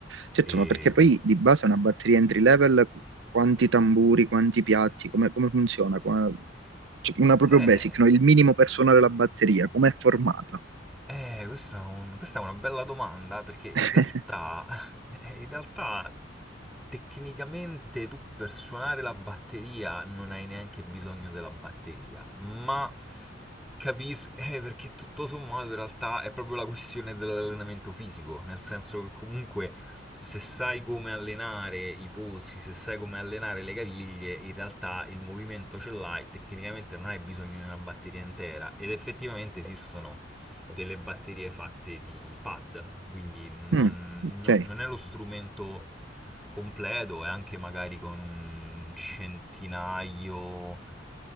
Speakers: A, on the right (about 75°); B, in the centre.
A: Certo,
B: E,
A: ma perché poi di base una batteria entry level, quanti tamburi, quanti piatti, come, come funziona? Qua- cioè, Una proprio
B: eh,
A: basic, no? Il minimo per suonare la batteria, com'è formata?
B: Eh, questa, è un- questa è una bella domanda perché in
A: <laughs>
B: realtà, <laughs> in realtà tecnicamente tu per suonare la batteria non hai neanche bisogno della batteria, ma Capisco, eh, perché tutto sommato in realtà è proprio la questione dell'allenamento fisico, nel senso che comunque se sai come allenare i polsi, se sai come allenare le caviglie, in realtà il movimento ce l'hai, tecnicamente non hai bisogno di una batteria intera ed effettivamente esistono delle batterie fatte di pad, quindi non,
A: Mm, ok.
B: no- non è lo strumento completo e anche magari con un centinaio